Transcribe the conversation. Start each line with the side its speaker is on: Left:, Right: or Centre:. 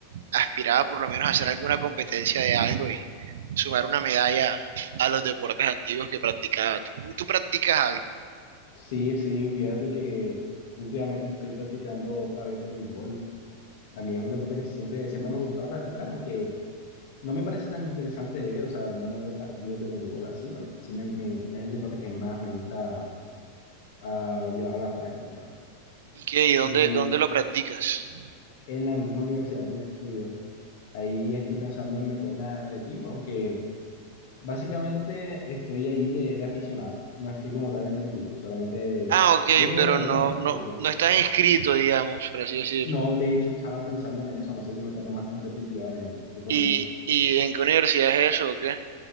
Right: aspiraba por lo menos a hacer alguna competencia de algo y sumar una medalla a los deportes antiguos que practicaba. ¿Tú, tú practicas algo?
Left: Sí, sí, fíjate que últimamente estoy practicando otra vez voleibol. A mí es un deporte que siempre, siempre me ha gustado practicar, aunque no me parece tan interesante de ver, o sea, no me veo partidos de voleibol así, pero sí me, me- es el deporte que más me gusta ah, llevar a la práctica.
Right: ¿Y qué? ¿Y dónde,
Left: Y
Right: dónde lo practicas?
Left: en la misma universidad donde estudio, ahí estoy pensando en meterme a- al equipo, aunque... Básicamente estoy ahí de, de aficionado, no estoy como tal en el equipo, solamente
Right: Ah, ok,
Left: llego,
Right: pero
Left: me
Right: no,
Left: meto y practico.
Right: no, no estás inscrito, digamos, por así decirlo.
Left: No, de hecho estaba pensando en eso, no sé si meterme más competitivamente, ¿tú qué
Right: ¿Y,
Left: opinas?
Right: y en qué universidad es eso o qué?